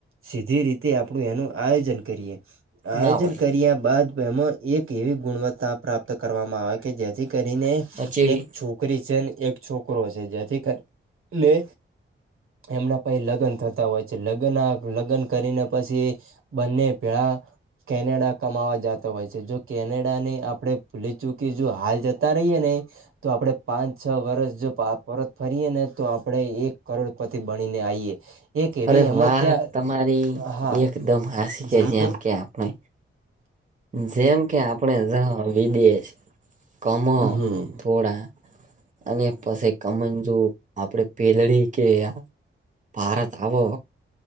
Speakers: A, on the right; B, on the right.
A: સીધી રીતે આપણું એનું આયોજન કરીએ આયોજન
B: ના હોય
A: કર્યા બાદ એમાં એક એવી ગુણવત્તા પ્રાપ્ત કરવામાં આવે કે જેથી કરીને
B: પછી એવી
A: એક છોકરી છે ને એક છોકરો છે જેથીને એમના પસેી લગ્ન થતા હોય છે લગ્ન લગ્ન કરીને પછી બંને પેળ. કેનેડા કમાવા જતા હોય છે જો કેનેડા ને આપણે ભૂલી ચૂકી જો હાલ જતા રહીએ ને તો આપડે પાંચ છ વરષ જો પરત ફરીયએ ને તો આપણે એક કરોડપતિ બનીને આઈએ. એક એવી
B: અરે
A: એમાં
B: વાત
A: ત્યાં
B: તમારી
A: હા
B: એકદમ હાસ કે
A: જેમાં
B: જેમ કે આપણે. જેમ કે આપણેે વિદેશ કમ.
A: હા.
B: થોડા અને પછી કમંજુ આપડે પેલડી કે. ભારતાવો.